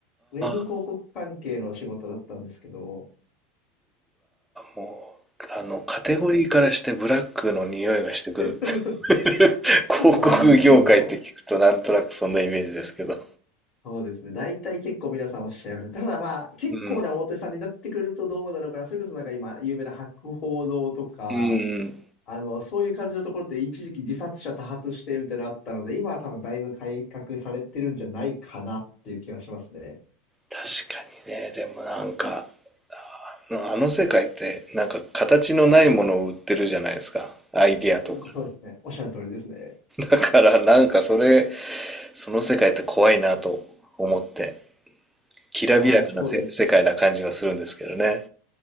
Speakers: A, on the left; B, in the centre.
A: ウェブ広告関係の仕事だったんですけど、
B: あ。もう、あの、カテゴリーからしてブラックの匂いがしてくる。
A: <laughs>
B: <laughs>
A: そうなんですよ。
B: 広告業界って聞くとなんとなくそんなイメージですけど。
A: そうですね。大体結構皆さんおっしゃいますね。ただまあ、結構な大手さんになってくるとどうなのかな。
B: うん。
A: それこそなんか今、有名な博報堂とか、
B: うん。
A: あの、そういう感じのところって一時期自殺者多発してみたいなのあったので、今は多分だいぶ改革されてるんじゃないかなっていう気がしますね。
B: 確かにね。でもなんか、あのあの世界ってなんか形のないものを売ってるじゃないですか。アイディアとか。
A: うん、そうですね。おっしゃる通りですね。
B: だからなんかそれ、その世界って怖いなと思って、きらびやかなせ世界な感じがするんですけどね。
A: いやー、そうですね。